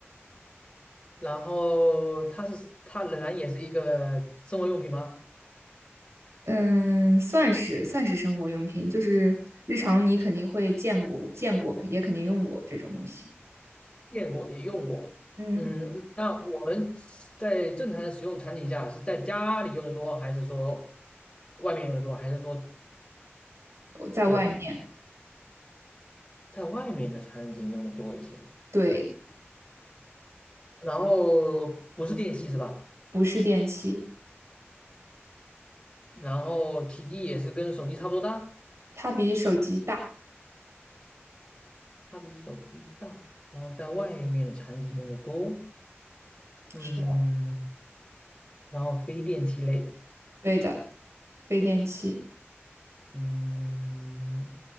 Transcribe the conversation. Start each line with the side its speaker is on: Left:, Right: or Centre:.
Left: 然后它是它仍然也是一个生活用品吗？
Right: 嗯，算是算是生活用品，就是日常你肯定会见过、见过，也肯定用过这种东西。
Left: 见过也用过。
Right: 嗯，
Left: 嗯，那我们在正常的使用场景下是在家里用的多，还是说外面用的多，还是说
Right: 我在外面，
Left: 对在外面的场景用的多一些？
Right: 对，
Left: 然后不是电器是吧？
Right: 不是电器，
Left: 然后体积也是跟手机差不多大，
Right: 它比手机大，
Left: 它比手机大，然后在外面的场景用的多。嗯，
Right: 是的
Left: 然后非电器类。
Right: 对的，非电器。
Left: 嗯，